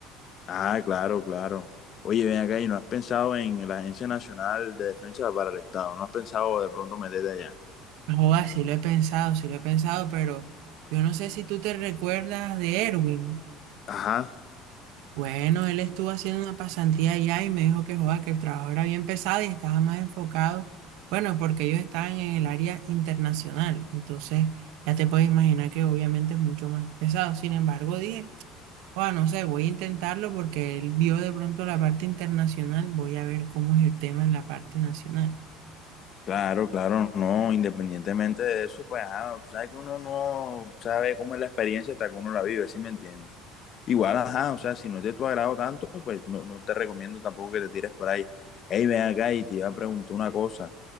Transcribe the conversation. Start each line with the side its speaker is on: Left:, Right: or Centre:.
Left: Ah, claro, claro. Oye, ven acá y no has pensado en la Agencia Nacional de Defensa para el Estado, no has pensado de pronto meterte allá.
Right: Joder, sí lo he pensado, sí lo he pensado, pero yo no sé si tú te recuerdas de Erwin.
Left: Ajá,
Right: Bueno, él estuvo haciendo una pasantía allá y me dijo que, joda, que el trabajo era bien pesado y estaba más enfocado. Bueno, porque ellos estaban en el área internacional. Entonces, ya te puedes imaginar que obviamente es mucho más pesado. Sin embargo, dije, joda, no sé, voy a intentarlo porque él vio de pronto la parte internacional. Voy a ver cómo es el tema en la parte nacional.
Left: claro, claro, no, independientemente de eso, pues, ajá, tú sabes que uno no sabe cómo es la experiencia hasta que uno la vive, ¿sí me entiendes? Igual, ajá, o sea, si no es de tu agrado tanto, pues no, no te recomiendo tampoco que te tires por ahí. Hey, ven acá y te iba a preguntar una cosa.